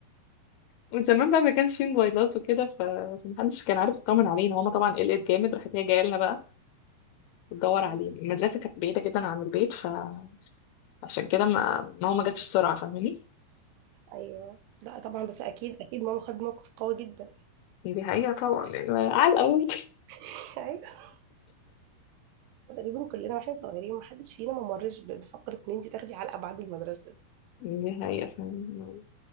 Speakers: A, on the left; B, on the right.
A: وزمان بقى ما كانش فيه موبايلات وكده ف- فمحدش كان عارف يطمن علينا ماما طبعا قلقت جامد راحت هي جايه لنا بقى وتدور
B: اه
A: علينا المدرسه كانت بعيده جدا عن البيت فعشان كده ما ماما ما جاتش بسرعه فاهماني
B: ايوه لا طبعا بس اكيد اكيد ماما خدت موقف قوي جدا
A: دي حقيقه طبعا يعني على الاول
B: <laughs> ايوه تقريبا كلنا واحنا صغيرين ما حدش فينا ما مرش بفقره ان انت تاخدي علقه بعد المدرسه
A: <laughs> دي حقيقه فاهم